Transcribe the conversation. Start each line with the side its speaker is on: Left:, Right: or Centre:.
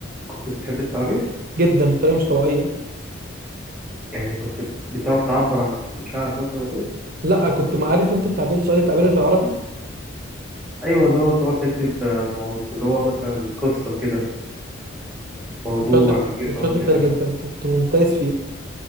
Centre: كنت بتحب التعبير
Right: جدا بطريقه مش طبيعيه
Centre: يعني كنت بتعرف تعبر عن مشاعرك مثلا وكده
Right: لا كنت ما عارف انت التعبير سؤال التعبير في العربي
Centre: ايوه اللي هو تقعد تكتب آه، موضوع اللي هو مثلا قصه كده موضوع
Right: كنت شاطر
Centre: كبير
Right: كنت
Centre: قوي
Right: شاطر
Centre: كده
Right: فيها جدا كنت ممتاز فيها